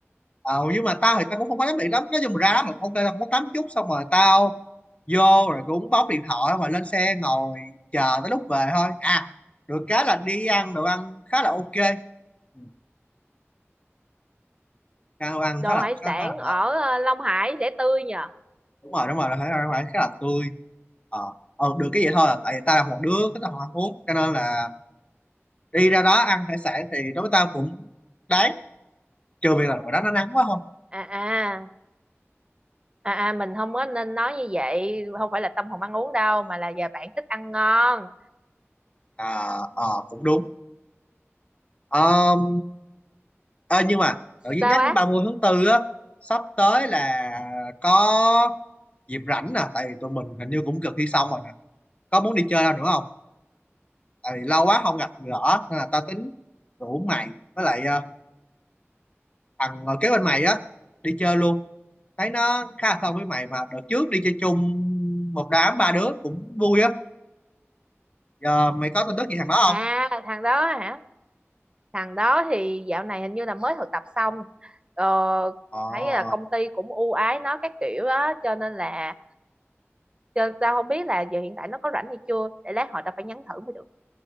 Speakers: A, on the left (about 25°); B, on the right (about 20°).
A: ờ, nhưng mà tao thì tao cũng không có tắm điện lắm nói chung là ra được ok tao không có tắm chút xong rồi tao vô rồi cũng bóc điện thoại rồi lên xe ngồi chờ tới lúc về thôi à được cái là đi ăn đồ ăn khá là ok Ừ, ăn đồ ăn
B: đồ
A: khá là
B: hải
A: khá,
B: sản
A: khá là
B: ở
A: ngon
B: ờ, Long Hải sẽ tươi nhờ
A: đúng rồi đúng rồi là khá là khá là tươi ờ ờ được cái vậy thôi à. tại vì tao là một đứa có tao không ăn uống cho nên là đi ra đó ăn hải sản thì đối với tao cũng đáng trừ việc là ngoài đó nó nắng quá không
B: à à à, à mình không có nên nói như vậy không phải là tâm hồn ăn uống đâu mà là giờ bạn thích ăn ngon
A: Ờ à, ờ, cũng đúng Ờm, ờ, nhưng mà tự nhiên
B: sao
A: nhắc đến
B: á
A: 30 tháng tư á sắp tới là có dịp rảnh nè tại vì tụi mình hình như cũng gần thi xong rồi nè có muốn đi chơi đâu nữa không tại vì lâu quá không gặp gỡ nên là tao tính rủ mày với lại ờ, thằng ngồi kế bên mày á đi chơi luôn thấy nó khá là thân với mày mà đợt trước đi chơi chung một đám ba đứa cũng vui á giờ mày có tin tức gì thằng đó
B: à
A: không
B: thằng đó hả thằng đó thì dạo này hình như là mới thực tập xong ờ,
A: ờ
B: thấy là công ty cũng ưu ái nó các kiểu á cho nên là cho tao không biết là giờ hiện tại nó có rảnh hay chưa để lát hồi tao phải nhắn thử mới được